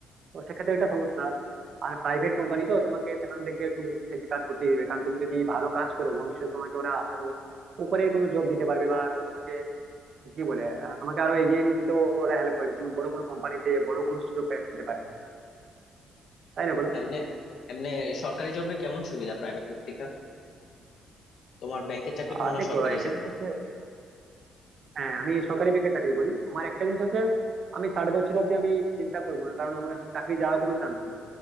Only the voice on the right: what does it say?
তো সেক্ষেত্রে একটা সমস্যা আর প্রাইভেট কোম্পানি তো তোমাকে সেখান থেকে একটু বেশি কাজ করতেই হবে কারণ তুমি যদি ভালো কাজ করো ভবিষ্যতে তোমাকে ওরা আরো উপরে কোনো জব দিতে পারবে বা আরো তোমাকে কি বলে আহ, তোমাকে আরো এগিয়ে নিয়ে যেতে ওরা হেল্প করবে তুমি বড় কোনো কোম্পানিতে বড় কোনো সুযোগ পেতে পারবে তাই না বলো
আর
দেখো
একটা
জিনিস হচ্ছে হ্যাঁ আমি সরকারি ব্যাংকে চাকরি করি আমার একটা জিনিস হচ্ছে আমি ষাট বছর অব্দি আমি চিন্তা করবো না কারণ আমার চাকরি যাওয়ার কোনো চান্স নেই